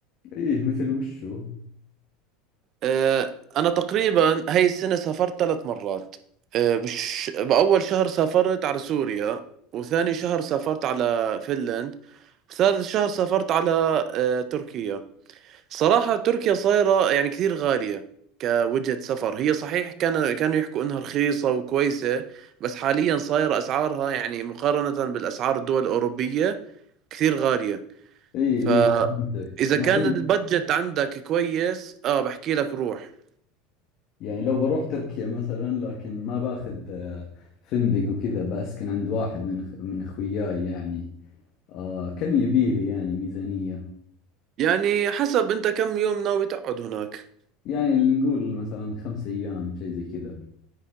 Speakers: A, on the left; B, on the right.
A: ايه مثل وشو
B: آه، أنا تقريبا هاي السنة سافرت ثلاث مرات آه، بش... بأول شهر سافرت على سوريا وثاني شهر سافرت على فنلند وثالث شهر سافرت على آه، تركيا صراحة تركيا صايرة يعني كثير غالية كوجهة سفر هي صحيح كان كانوا يحكوا إنها رخيصة وكويسة بس حاليا صايرة أسعارها يعني مقارنة بالأسعار الدول الأوروبية كثير غالية
A: ايه
B: فإذا
A: ايه فهمتك انا
B: كان
A: كنت
B: البادجت عندك كويس آه بحكي لك روح
A: يعني لو بروح تركيا مثلا لكن ما باخذ آه، فندق وكذا بسكن عند واحد من أخ- من اخوياي يعني آه كم يبيلي يعني ميزانية
B: يعني حسب أنت كم يوم ناوي تقعد هناك
A: يعني اللي نقول مثلا خمس ايام شيء زي كذا